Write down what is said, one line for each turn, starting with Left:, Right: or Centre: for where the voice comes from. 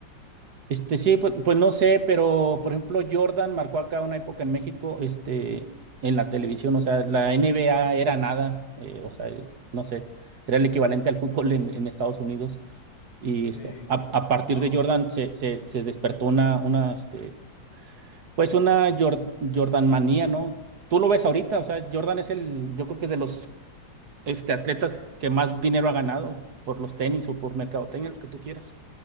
Right: Este, sí, pues, pues no sé, pero por ejemplo, Jordan marcó acá una época en México, este, en la televisión, o sea, la NBA era nada, eh, o sea, eh, no sé, era el equivalente al fútbol en, en Estados Unidos. Y
Left: Sí,
Right: este, a,
Left: sí.
Right: a partir
Left: No,
Right: de Jordan se, se, se despertó una, una, este, pues una Jor- Jordan manía, ¿no? Tú lo ves ahorita, o sea, Jordan es el, yo creo que es de los este, atletas que más dinero ha ganado por los tenis o por mercadotecnia, lo que tú quieras.